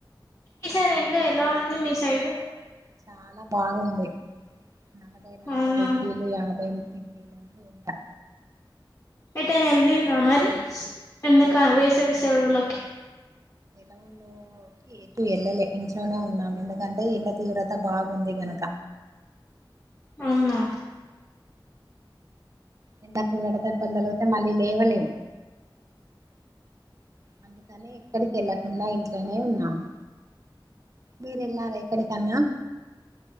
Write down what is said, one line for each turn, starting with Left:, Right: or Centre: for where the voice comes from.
Left: ఈసారెండ ఎలా ఉంది మీ సైడ్
Right: చాలా బాగుంది నలభై నాలుగు
Left: అవునా
Right: డిగ్రీలు యాభై డిగ్రీలు ఉంది ఎండా
Left: ఏటైనా ఎల్లిరా మరి ఎండ కా వేసవీ సెలవులకి
Right: లలో ఎటు ఏళ్ళలే ఇంట్లోనే ఉన్నాము ఎందుకంటే ఇండ తీవ్రత బాగుంది గనక
Left: అవున్నా
Right: ఎండాకు విడదెబ్బలుతగులుతే మళ్ళీ లేవలేము అందుకని ఎక్కడికి వెళ్ళకుండా ఇంట్లోనే ఉన్నాను మీరు ఎల్లరా ఏక్కడికన్నా